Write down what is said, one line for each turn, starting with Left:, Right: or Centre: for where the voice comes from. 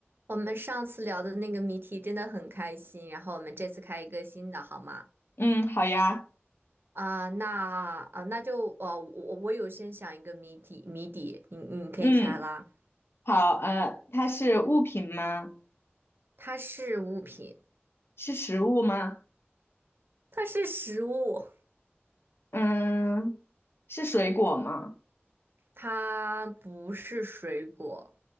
Right: 我们上次聊的那个谜题真的很开心，然后我们这次开一个新的，好吗？
Left: 嗯，好呀，
Right: 啊、那啊、那就呃，我我有先想一个谜底，谜底，你你可以猜啦。
Left: 嗯，好，呃，它是物品吗？
Right: 它是物品，
Left: 是食物吗？
Right: 它是食物，
Left: 嗯，是水果吗？
Right: 它不是水果，